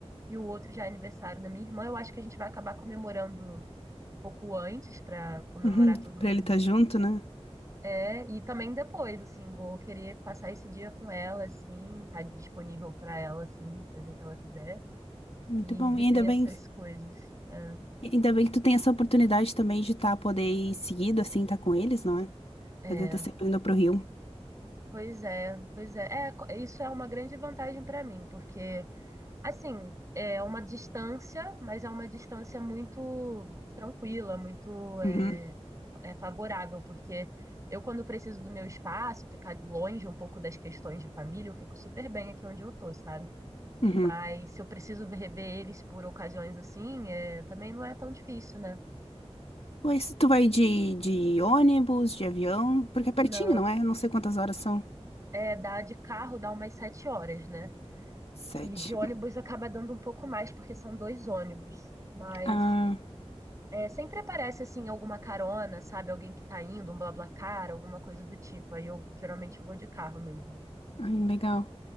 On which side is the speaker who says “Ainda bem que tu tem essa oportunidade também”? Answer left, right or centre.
Left